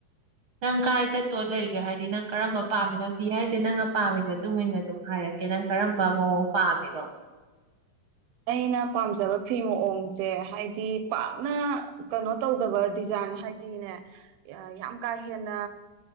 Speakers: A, on the right; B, on the right.
A: ꯅꯪ ꯀꯥꯏ ꯆꯠꯇꯣ ꯂꯩꯒꯦ ꯍꯥꯏꯗꯤ ꯅꯪ ꯀꯔꯝꯕ ꯄꯥꯝꯃꯤꯅꯣ ꯐꯤ ꯍꯥꯏꯁꯦ ꯅꯪꯅ ꯄꯥꯝꯃꯤ ꯃꯇꯨꯡ ꯏꯟꯅ ꯑꯗꯨꯝ ꯍꯥꯏꯔꯛꯀꯦ ꯅꯪ ꯀꯔꯝꯕ ꯃꯑꯣꯡ ꯄꯥꯝꯃꯤꯅꯣ
B: ꯑꯩꯅ ꯄꯥꯝꯖꯕ ꯐꯤ ꯃꯑꯣꯡꯁꯦ ꯍꯥꯏꯗꯤ ꯄꯥꯛꯅ ꯀꯩꯅꯣ ꯇꯧꯗꯕ ꯗꯤꯖꯥꯏꯟ ꯍꯥꯏꯗꯤꯅꯦ ꯌꯥꯝ ꯀꯥ ꯍꯦꯟꯅ